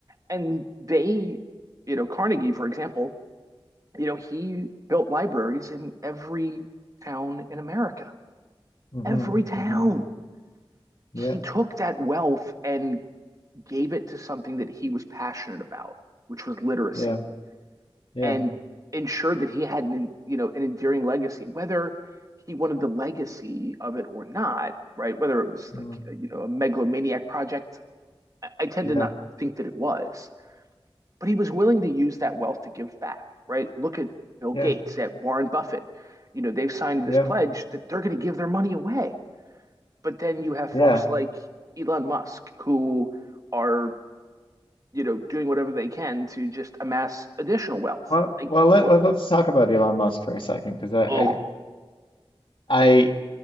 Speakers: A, on the right; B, on the left.
A: and they you know carnegie for example you know he built libraries in every town in america
B: Mhm,
A: every town.
B: mhm. Yeah,
A: He took that wealth and gave it to something that he was passionate about, which was literacy,
B: yeah, yeah,
A: and ensured that he had an, you know, an endearing legacy, whether he wanted the legacy of it or not, right? Whether it was
B: mm,
A: like, uh, you know, a megalomaniac project, I, I tend
B: yeah,
A: to not think that it was, but he was willing to use that wealth to give back, right? Look at Bill
B: yeah,
A: Gates, at Warren Buffett. You know, they've signed
B: yeah,
A: this pledge that they're going to give their money away But then you have
B: yeah.
A: folks like Elon Musk who are, you know, doing whatever they can to just amass additional wealth.
B: Well,
A: Like,
B: well, let,
A: what?
B: let let's talk about Elon Musk for a second, because I,
A: Ugh.
B: I I